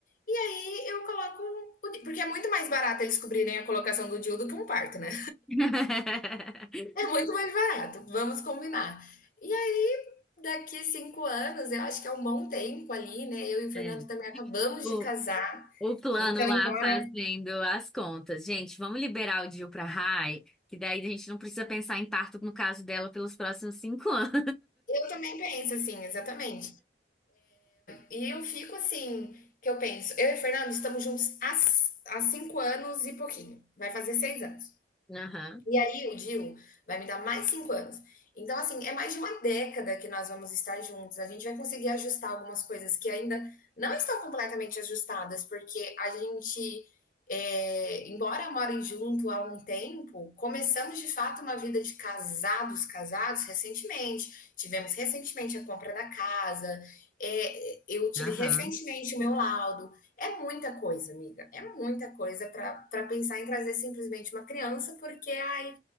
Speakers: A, on the left; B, in the centre.
A: E aí eu coloco. o- Porque é muito mais barato eles cobrirem a colocação do DIU do que um parto, né?
B: <laughs>
A: É muito mais barato, vamos combinar. E aí, daqui cinco anos, eu acho que é um bom tempo ali, né? Eu e o Fernando
B: É.
A: também acabamos
B: O,
A: de casar.
B: o plano
A: Então,
B: lá
A: embora-
B: fazendo as contas. Gente, vamos liberar o Dil pra Rai, que daí a gente não precisa pensar em parto no caso dela pelos próximos cinco <laughs> anos.
A: eu também penso assim, exatamente. E eu fico assim, que eu penso, eu e o Fernando estamos juntos há, c- há cinco anos e pouquinho. Vai fazer seis anos.
B: Aham,
A: E aí o Dil vai me dar mais cinco anos. Então, assim, é mais de uma década que nós vamos estar juntos. A gente vai conseguir ajustar algumas coisas que ainda não estão completamente ajustadas, porque a gente, é, embora morem junto há um tempo, começamos de fato uma vida de casados, casados recentemente. Tivemos recentemente a compra da casa, é, eu tive
B: aham.
A: recentemente o meu laudo. É muita coisa, amiga. É muita coisa para pensar em trazer simplesmente uma criança, porque ai,